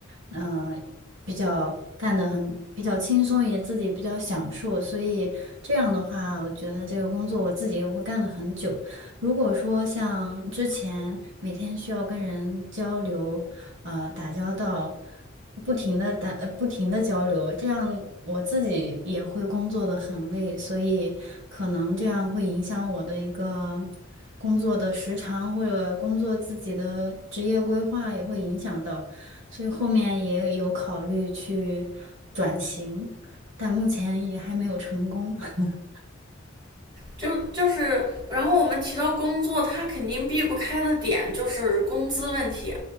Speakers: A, on the right; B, on the right.
A: 呃，比较干得很比较轻松，也自己比较享受，所以这样的话，我觉得这个工作我自己也会干得很久。如果说像之前每天需要跟人交流，呃，打交道，不停的打，呃不停的交流，这样我自己也会工作的很累，所以可能这样会影响我的一个工作的时长，或者工作自己的职业规划也会影响到，所以后面也有考虑去转型，但目前也还没有成功。<laughs>
B: 就就是，然后我们提到工作，他肯定避不开的点就是工资问题。